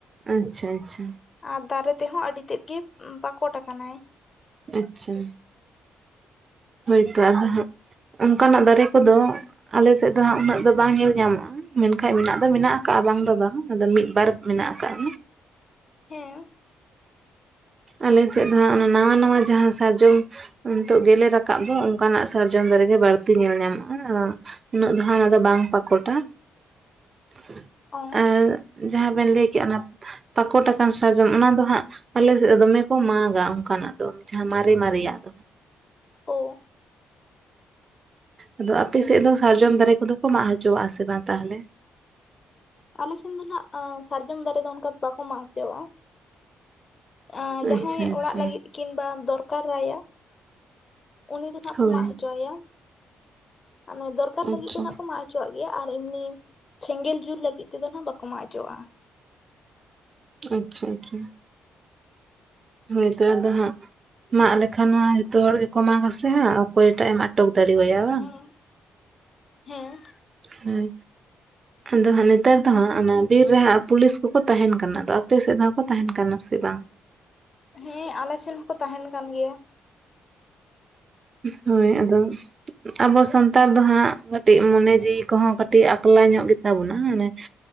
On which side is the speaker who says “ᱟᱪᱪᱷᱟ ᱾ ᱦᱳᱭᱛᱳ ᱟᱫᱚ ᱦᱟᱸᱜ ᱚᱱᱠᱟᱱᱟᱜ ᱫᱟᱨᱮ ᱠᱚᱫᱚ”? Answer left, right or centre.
Right